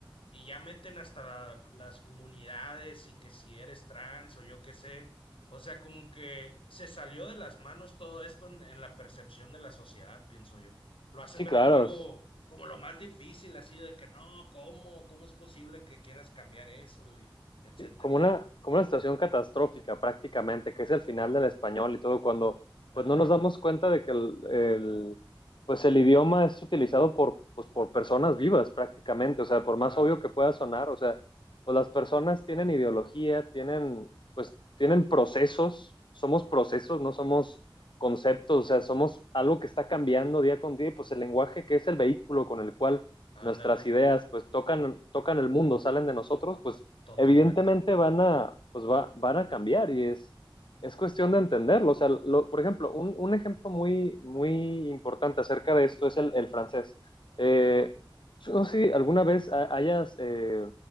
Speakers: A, on the left (about 85°); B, on the left (about 60°).
A: y ya meten hasta la- las comunidades y que si eres trans o yo qué sé. O sea, como que se salió de las manos todo esto en, en la percepción de la sociedad, pienso yo. Lo hacen
B: sí,
A: ver
B: claro,
A: como algo, como lo más difícil, así de que no, ¿cómo? ¿Cómo es posible que quieras cambiar eso? Y etcétera.
B: Sí, como una, como una situación catastrófica prácticamente, que es el final del español y todo, cuando
A: Ajá,
B: pues no nos damos cuenta de que el, el, pues el idioma es utilizado por, pues, por personas vivas prácticamente, o sea, por
A: claro,
B: más obvio que pueda sonar, o sea, pues las personas tienen ideología, tienen, pues tienen procesos, somos procesos, no somos conceptos, o sea, somos algo que está cambiando día con día y pues el lenguaje que es el vehículo con el cual
A: ándale,
B: nuestras ideas pues tocan, tocan el mundo, salen de nosotros, pues
A: totalmente.
B: evidentemente van a, pues va, van a cambiar y es, es cuestión de entenderlo. O sea, lo- por ejemplo, un, un ejemplo muy, muy importante acerca de esto es el, el francés. Eh, yo no sé si alguna vez ha- hayas eh,